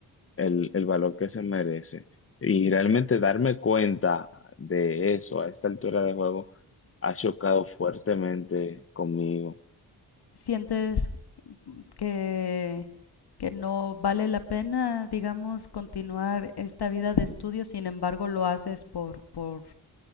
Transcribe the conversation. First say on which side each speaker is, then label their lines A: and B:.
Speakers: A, on the left (about 30°); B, on the left (about 65°).
A: el, el valor que se merece. Y realmente darme cuenta de eso a esta altura de juego ha chocado fuertemente conmigo.
B: ¿Sientes que, que no vale la pena, digamos, continuar esta vida de estudio, sin embargo lo haces por, por,